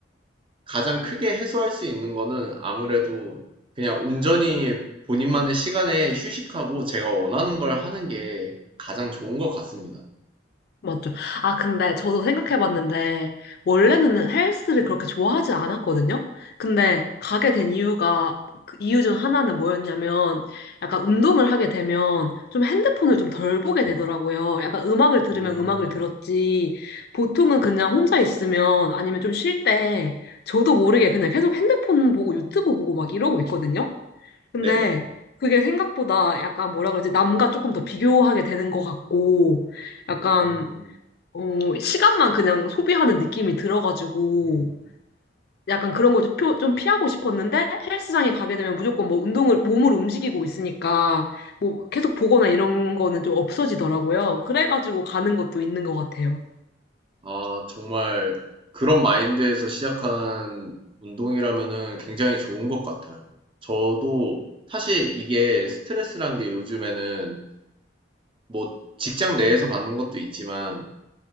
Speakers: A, on the right; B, on the left.
A: 가장 크게 해소할 수 있는 거는 아무래도 그냥 온전히 본인만의 시간에 휴식하고 제가 원하는 걸 하는 게 가장 좋은 것 같습니다.
B: 맞죠. 아, 근데 저도 생각해봤는데, 원래는 헬스를 그렇게 좋아하지 않았거든요? 근데 가게 된 이유가, 그 이유 중 하나는 뭐였냐면, 약간 운동을 하게 되면 좀 핸드폰을 좀 덜 보게 되더라고요. 약간 음악을 들으면
A: 음.
B: 음악을 들었지, 보통은 그냥 혼자 있으면 아니면 좀 쉴 때, 저도 모르게 그냥 계속 핸드폰 보고 유튜브 보고 막 이러고 있거든요? 근데
A: 네네.
B: 그게 생각보다 약간 뭐라 그러지, 남과 조금 더 비교하게 되는 것 같고, 약간
A: 음.
B: 어, 시간만 그냥 소비하는 느낌이 들어가지고
A: 음.
B: 약간 그런 걸 좀 피하고 싶었는데 헬스장에 가게 되면 무조건 뭐 운동을 몸을 움직이고 있으니까 뭐 계속 보거나 이런 거는 좀 없어지더라고요. 그래가지고 가는 것도 있는 것 같아요.
A: 아 정말 그런 마인드에서 시작한 운동이라면은 굉장히 좋은 것 같아요. 저도 사실 이게 스트레스란 게 요즘에는 뭐 직장 내에서 받는 것도 있지만